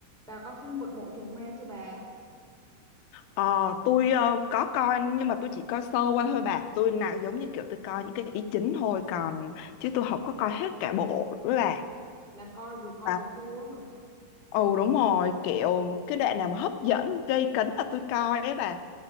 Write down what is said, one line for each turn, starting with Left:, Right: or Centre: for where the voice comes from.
Centre: Bà coi phim Quật mộ trùng ma chưa bà?
Left: Ờ, tôi ờ, có coi nhưng mà tôi chỉ coi sơ qua thôi bà tôi nào giống như kiểu tôi coi những cái ý chính thôi còn chứ tôi không có coi hết cả bộ nữa bà
Centre: Là coi vừa coi
Left: À,
Centre: vừa tua hả?
Left: ừ đúng rồi kiểu cái đoạn nào mà hấp dẫn gây cấn là tôi coi ấy bà